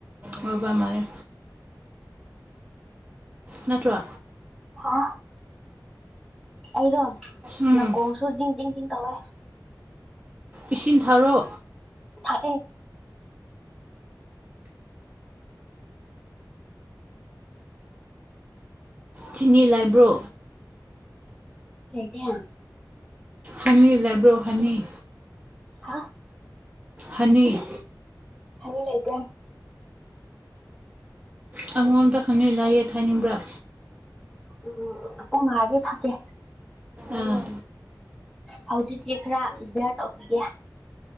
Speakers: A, on the right; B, in the centre.
A: ꯑꯣꯏꯕ ꯃꯥꯜꯂꯦ ꯅꯠꯇ꯭ꯔꯣ
B: ꯍꯥ ꯑꯩꯗꯣ ꯅꯅꯥꯀꯣꯡꯁꯨ
A: ꯎꯝ
B: ꯖꯤꯡ ꯖꯤꯡ ꯖꯤꯡ ꯇꯧꯋꯦ
A: ꯏꯁꯤꯡ ꯊꯔꯣ
B: ꯊꯛꯑꯦ
A: ꯆꯤꯅꯤ ꯂꯥꯏꯕ꯭ꯔꯣ
B: ꯇ <unintelligible>
A: ꯍꯅꯤ ꯂꯥꯏꯕ꯭ꯔꯣ ꯍꯅꯤ
B: ꯍꯥ
A: ꯍꯅꯤ
B: ꯍꯟꯅꯤ ꯂꯩꯇꯦ
A: ꯅꯉꯣꯟꯗ ꯍꯅꯤ ꯂꯥꯏꯌꯦ ꯊꯥꯏꯅꯤꯡꯕ꯭ꯔꯥ
B: ꯎꯝ ꯄꯨꯡ ꯉꯥꯒꯤꯗꯤ ꯊꯒꯦ
A: ꯑꯥ
B: ꯍꯧꯖꯤꯛꯇ ꯈꯔ ꯕ꯭ꯌꯔ ꯇꯧꯈꯤꯒꯦ